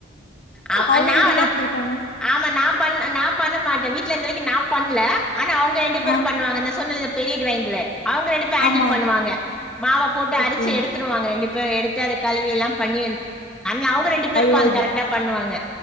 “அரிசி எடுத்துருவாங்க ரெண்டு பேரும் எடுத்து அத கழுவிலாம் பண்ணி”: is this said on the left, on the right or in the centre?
Centre